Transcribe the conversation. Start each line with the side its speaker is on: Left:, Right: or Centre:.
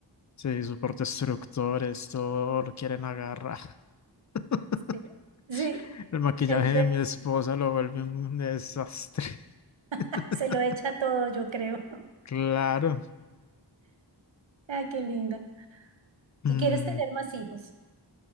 Left: Sí, sus destructores, todo lo quieren agarrar. <laughs>
Right: Sí. Sí,
Left: El maquillaje
Right: Es
Left: de
Right: ver-
Left: mi esposa lo vuelve un desastre.
Right: <laughs>
Left: <laughs>
Right: se lo echa todo, yo creo. <laughs>
Left: Claro.
Right: Ah, qué linda.
Left: Mm,
Right: ¿Y quieres tener más hijos?